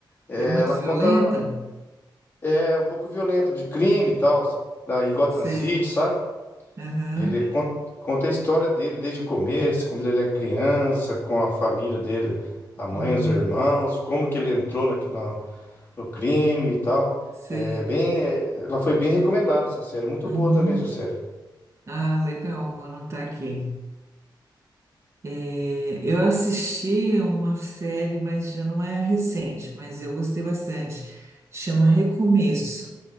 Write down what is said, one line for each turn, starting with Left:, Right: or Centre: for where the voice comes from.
Left: É,
Right: E é muito
Left: ela
Right: violenta?
Left: conta é um pouco violenta de crime e tal, assim, na, em Gotham
Right: Sei.
Left: City, sabe?
Right: Aham.
Left: Ele conta, conta a história dele desde o começo, quando ele era criança, com a família dele, a mãe,
Right: Uhum.
Left: os irmãos, como que ele entrou na, na- no crime e tal.
Right: Sei.
Left: É bem, é, ela foi bem recomendada essa série, muito
Right: Uhum.
Left: boa também essa série.
Right: Ah, legal, vou anotar aqui. É, eu assisti uma série, mas já não é recente, mas eu gostei bastante. Chama Recomeço.